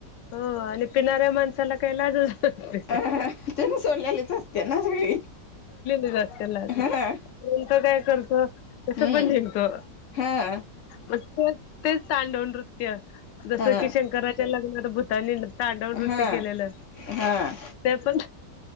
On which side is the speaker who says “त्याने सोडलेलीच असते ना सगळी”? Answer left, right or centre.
Left